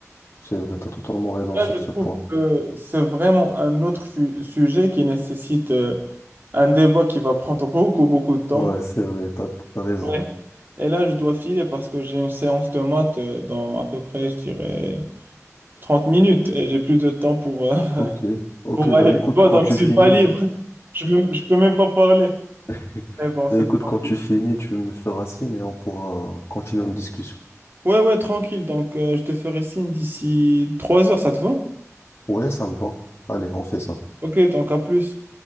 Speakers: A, on the left; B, on the right.
A: C'est vrai, t'as totalement raison
B: Là,
A: sur
B: je trouve
A: ce point.
B: que c'est vraiment un autre su- sujet qui nécessite euh, un débat qui va prendre <laughs> beaucoup, beaucoup de temps.
A: Ouais, c'est vrai, t'as, t'as raison.
B: Ouais. Et là, je dois filer parce que j'ai une séance de maths euh, dans à peu près, je dirais, 30 minutes et j'ai plus de temps pour, euh,
A: Ok.
B: <laughs>
A: Ok,
B: pour
A: bah
B: aller.
A: écoute,
B: Tu vois,
A: quand
B: donc
A: tu
B: je suis
A: finis,
B: pas libre. Je, me- je peux même pas parler.
A: <laughs>
B: Mais bon,
A: bah
B: c'est
A: écoute,
B: tranquille.
A: quand tu finis, tu me feras signe et on pourra continuer notre discussion.
B: Ouais, ouais, tranquille. Donc, euh, je te ferai signe d'ici 3 heures, ça te va?
A: Ouais, ça me va. Allez, on fait ça.
B: Ok, donc à plus.